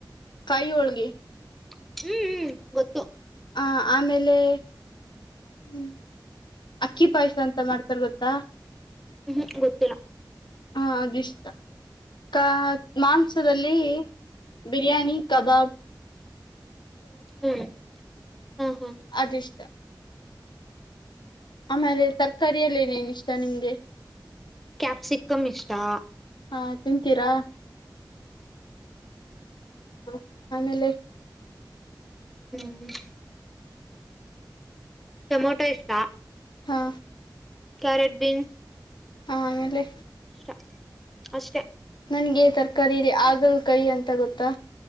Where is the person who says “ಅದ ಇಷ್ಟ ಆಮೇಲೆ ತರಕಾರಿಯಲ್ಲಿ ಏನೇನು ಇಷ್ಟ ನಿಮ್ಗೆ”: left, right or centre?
Left